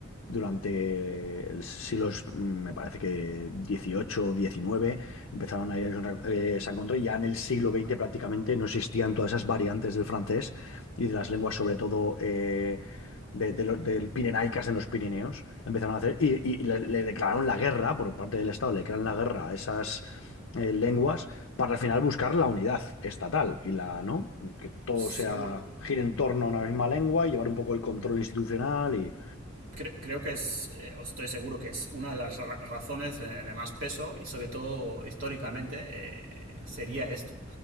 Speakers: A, on the left; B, on the right.
A: durante el siglos, mm, me parece que 18 o 19 empezaron a irse eh, se encontró y ya en el siglo XX prácticamente no existían todas esas variantes del francés y de las lenguas, sobre todo. eh, de, de los, del Pirenaicas en los Pirineos, empezaron a hacer, y, y- y le, le declararon la guerra, por parte del Estado, le declararon la guerra a esas eh, lenguas, para al final buscar la unidad estatal y la, ¿no? Que todo
B: Seguro.
A: sea, gire en torno a una misma lengua y llevar un poco el control institucional y,
B: cre- creo que es, eh, estoy seguro que es una de las ra- razones de, de más peso y sobre todo históricamente eh, sería esto.